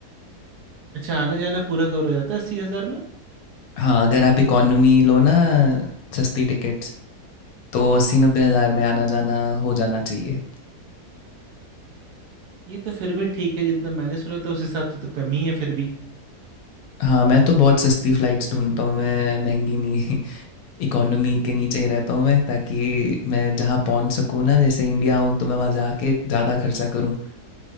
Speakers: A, on the right; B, on the left.
A: अच्छा आना जाना पूरा कवर हो जाता है अस्सी हजार में
B: हाँ अगर आप इकोनॉमी लो ना सस्ती टिकट्स तो अस्सी नब्बे हज़ार में आना जाना हो जाना चाहिए
A: ये तो फिर भी ठीक है जितना मैंने सुना था उस हिसाब से तो कम ही है फिर भी
B: हाँ मैं तो बहुत सस्ती फ़्लाइट्स ढूंढता हूँ मैं महंगी नहीं <laughs> इकोनॉमी के नीचे ही रहता हूँ मैं ताकि मैं जहाँ पहुँच सकूँ ना जैसे इंडिया आऊँ तो मैं वहाँ जाके ज़्यादा खर्चा करूँ